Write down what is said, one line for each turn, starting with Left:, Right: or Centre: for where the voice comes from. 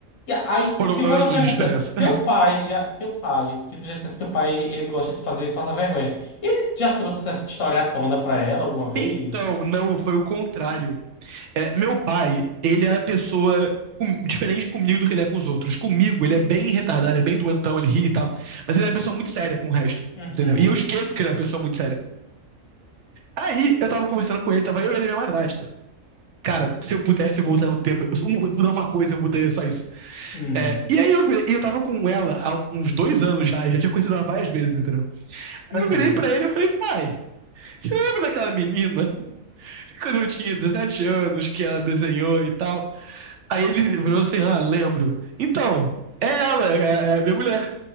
Left: E aí,
Right: Foram
Left: se
Right: anos
Left: eu fazer uma pergunta,
Right: de diferença.
Left: teu pai já, teu pai, porque tu já disse que teu pai, ele gosta de fazer passar vergonha. Ele já trouxe essa história à tona pra ela alguma vez?
Right: Então, não, foi o contrário. É, meu pai, ele é a pessoa com- diferente comigo do que ele é com os outros. Comigo, ele é bem retardado, ele é bem doentão, ele ri e tal. Mas ele é uma pessoa muito séria com o resto,
Left: Uhum.
Right: entendeu? E eu esqueço que ele é uma pessoa muito séria. Aí eu tava conversando com ele, tava eu, ele e minha madrasta. Cara, se eu pudesse voltar no tempo, eu, se eu mudar uma coisa, eu mudaria só isso.
Left: Hum.
Right: É, e aí eu virei, e eu tava com ela há uns dois anos já, eu já tinha conhecido ela várias vezes, entendeu? Aí
Left: Uhum.
Right: eu virei pra ele e eu falei, pai, você lembra daquela menina <laughs> quando eu tinha 17 anos que ela desenhou e tal? Aí ele virou assim, ah, lembro. Então, é ela, é é a minha mulher.